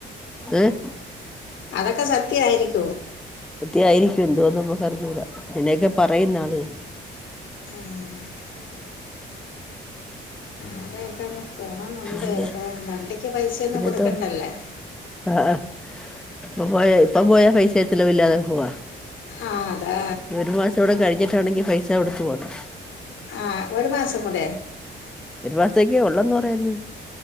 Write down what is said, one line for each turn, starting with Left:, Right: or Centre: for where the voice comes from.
Centre: ഏഹ്
Left: അതൊക്കെ സത്യയിരിക്ക്
Centre: പറ്റി ആയിരിക്കും എന്തുവാന്ന് നമ്മക്ക് അറിഞ്ഞുകൂടാ അങ്ങനെയൊക്കെ പറയുന്ന് ആളുകള്
Left: ഉം അവിടെയൊക്കെ ഒന്ന് പോണന്നുണ്ട്
Centre: പിന്നെ
Left: ഇപ്പൊ വണ്ടിക്ക് പൈസയൊന്നും
Centre: പിന്നെന്തോ
Left: കൊടുക്കണ്ടല്ലേ
Centre: ആഹ് ആഹ് ഇപ്പൊ പോയാ ഇപ്പ പോയാ പൈസ ചെലവില്ലാതെ പോവാ
Left: ആഹ് അതാ
Centre: ഒരു മാസം ഇവിടെ കഴിഞ്ഞിട്ടാണെങ്കി പൈസാ കൊടുത്ത് പോണം
Left: ആഹ് ഒരു മാസം കൂടെ
Centre: ഒരു മാസത്തേക്കെ ഒള്ളന്ന് പറയുന്നു